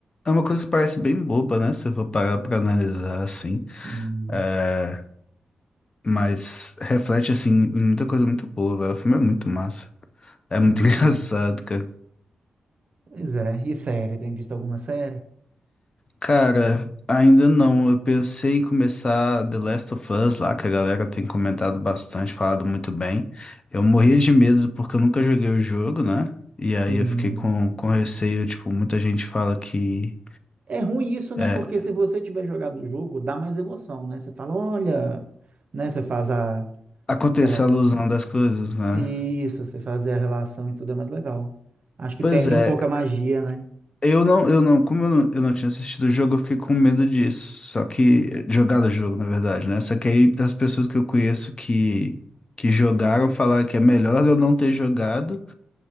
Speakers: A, on the left; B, on the right.
A: é uma coisa que parece bem boba, né? Se eu for parar pra analisar assim.
B: Sim,
A: É, mas reflete, assim, em muita coisa muito boa, velho. O filme é muito massa. É muito
B: é muito
A: <laughs> engraçado,
B: bom.
A: cara.
B: Pois é, e série? Tem visto alguma série?
A: Cara, ainda não. Eu pensei em começar The Last of Us lá, que a galera tem comentado bastante, falado muito bem. Eu morria de medo porque eu nunca joguei o jogo, né? E aí
B: Sim.
A: eu fiquei com, com receio, tipo, muita gente fala que
B: É ruim isso, né?
A: é,
B: Porque se você tiver jogado o jogo, dá mais emoção, né? Você fala, olha, né? Você faz a,
A: aconteceu
B: aquela
A: a alusão das coisas, né?
B: Isso, você fazer a relação e tudo é mais legal. Acho que
A: Pois
B: perde
A: é,
B: um pouco a magia, né?
A: eu não, eu não, como eu não, eu não tinha assistido o jogo, eu fiquei com medo disso. Só que, jogar o jogo, na verdade, né? Só que aí as pessoas que eu conheço que, que jogaram falaram que é melhor eu não ter jogado